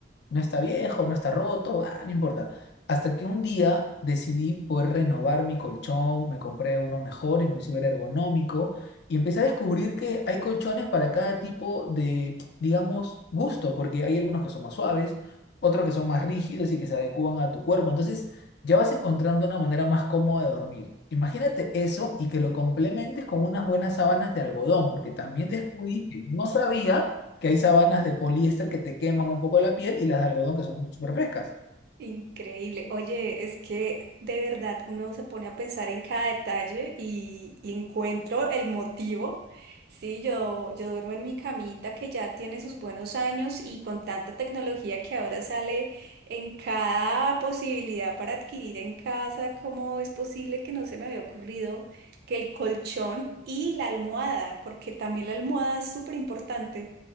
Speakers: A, on the left; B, on the right.
A: no está viejo, no está roto, ah, no importa. Hasta que un día decidí poder renovar mi colchón, me compré uno mejor, inclusive era ergonómico, y empecé a descubrir que hay colchones para cada tipo de, digamos, gusto, porque hay algunos que son más suaves, otros que son más rígidos y que se adecúan a tu cuerpo. Entonces, ya vas encontrando una manera más cómoda de dormir. Imagínate eso y que lo complementes con unas buenas sábanas de algodón, porque también descubrí que no sabía que hay sabanas de poliéster que te queman un poco la piel y las de algodón que son súper frescas.
B: Increíble. Oye, es que de verdad uno se pone a pensar en cada detalle y, y encuentro el motivo. Sí, yo, yo duermo en mi camita que ya tiene sus buenos años y con tanta tecnología que ahora sale en cada posibilidad para adquirir en casa, ¿cómo es posible que no se me había ocurrido que el colchón y la almohada, porque también la almohada es súper importante,